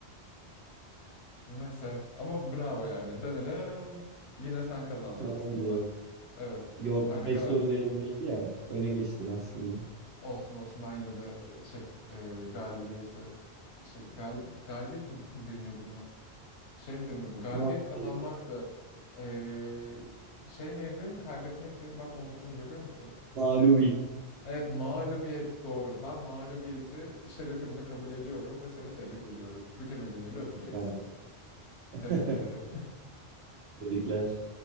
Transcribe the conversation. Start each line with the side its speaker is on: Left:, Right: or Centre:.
Left: Neyse ama bravo yani. Denedim. Yine sen kazandın
Right: Kazandı.
Left: aslında. Evet
Right: Yok
Left: her
Right: 5
Left: ne kadar
Right: soru değerindeydi ya. Öne geçtin aslında.
Left: olsun olsun ben yine de şey e, galibiyeti şey galib galibiyet mi deniyordu buna? şey mi deniyordu? Galibiyet
Right: Mağlubiyet.
Left: kazanmak da eee, şey neydi? Kaybetmek neydi? Bak unuttum görüyor musun?
Right: Mağlubiyet.
Left: Evet mağlubiyet doğru. Ben mağlubiyeti şerefimle kabul ediyorum ve seni tebrik ediyorum. Bükemediğini öpeceksin.
Right: yalnız. <laughs>
Left: Tebrik ederim.
Right: Tebrikler.